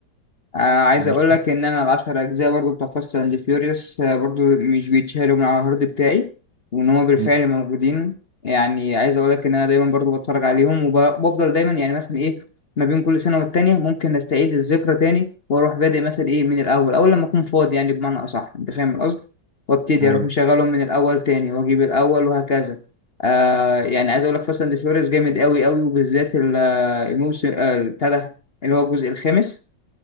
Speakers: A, on the left; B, on the right.
A: آه عايز
B: ماشي
A: اقول لك ان انا العشر اجزاء برضو بتوع فاست اند فيوريوس آه برضو مش بيتشالوا من على الهارد بتاعي وان هما بالفعل
B: م.
A: موجودين يعني عايز اقول لك ان انا دايما برضو بتفرج عليهم وبفضل دايما يعني مثلا ايه ما بين كل سنه والتانيه ممكن استعيد الذكرى تاني واروح بادئ مثلا ايه من الاول اول لما اكون فاضي يعني بمعنى اصح انت فاهم القصد وابتدي
B: ايوه
A: اروح مشغلهم من الاول تاني واجيب الاول وهكذا آه يعني عايز اقول لك فاست اند فيوريوس جامد قوي قوي وبالذات ال- الموسم آه، بتاع ده اللي هو الجزء الخامس